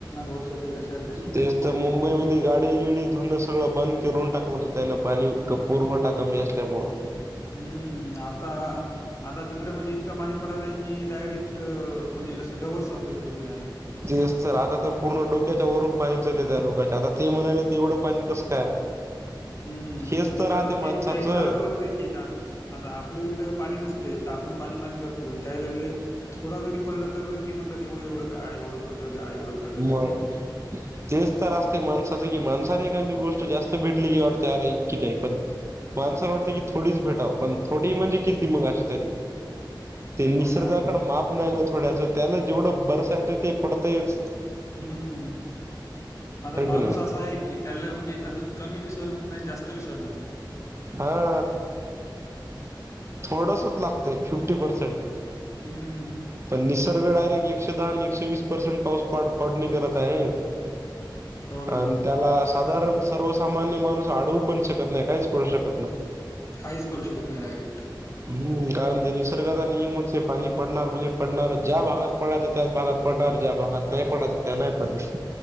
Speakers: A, on the left; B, on the right.
A: वर्षाची जशाला तशी.
B: तेच तर मुंबई मध्ये गाडी गिडी धुन व बंद करून टाकवत होत त्याल पाणी, पूर्वठा कमी असल्यामुळ.
A: हम्म आता आता तिकडे म्हणजे इतकं पाणी पडायलाय की डायरेक्ट तर म्हणजे असे डवस आलेत पूर्ण यानं.
B: तेच तर आता तर पूर्ण डोक्याच्या वरून पाणी चालय त्या लोकांच्या. आता ते म्हणाले ते एवढं पाणी कस काय
A: हम्म
B: हेच
A: त्याचा
B: तर राहते
A: ब ती
B: माणसाचं
A: च्या आगावच आहे ऐ की का आता आपल्या इकड पाणी नसत हित आपण पाणी पाणी करतो. आणि त्यावेळी लई थोडा जरी पडलं तर ते म्हणतात एवढं एवढं का एवढं पडलं का एवढं पडलं
B: मग
A: का
B: तेच तर असते माणसाचं कि माणसाणे एखादी गोष्ट जास्त भेटली की वाटते, आरे इतकी काय पण माणसाला वाटतं की थोडीच भेटाव, पण थोडी म्हणजे किती मग अशीतरी ते निसर्गाकड
A: हो ना.
B: माप नाही ना थोड्याच त्याला जेवढं बरसायचं ते पडतयच.
A: हम्म. म
B: हाय की
A: माणूस
B: नाही
A: असा आहे की त्याला म्हणजे असं कमी बी सहन होत नाही आणि जास्त बी सहन होत नाही.
B: हा.
A: <inaudible>
B: थोडसच लागतय, फिफ्टी पर्सेंट.
A: हम्म.
B: पण निसर्ग डायरेक्ट एकशे दहाआणि एकशे वीस पर्सेंट पाऊस पाड पाडणी करत आहे.
A: हो ना.
B: आणि त्याला अस साधारण सर्वसामान्य माणूस आडवू पण शकत नाही काहीच करू शकत नाही.
A: काहीच करू शकत नाही डायरेक्ट.
B: नाही. कारण ते निसर्गाचा नियमच हे पाणी पडणार म्हणजे पडणारच. ज्या भागात पडयचं त्याच भागात पडणार. ज्या भागात नाही पडायचं त्या नाही पडणार.